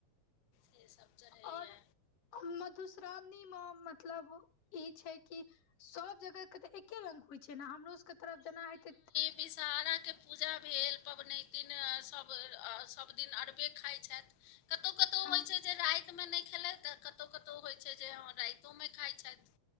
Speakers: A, on the left (about 85°); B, on the left (about 55°).
A: से सब चढ़ैये
B: और मधुश्रामणी म मतलब ई छै कि सब जगह के तऽ एके रंग होइ छै न? हमरो सबके तरफ जेना होइत हे
A: बिषहारा के पूजा भेल, पबनैतिन सब सब दिन अरबे खाइ छाइथ। कतौ कतौ
B: हँ
A: होइ छै जे राइ त में नैय खेलैथ, त कतौ कतौ होइ छै जे हॅं राइतो में खाइ छाइथ।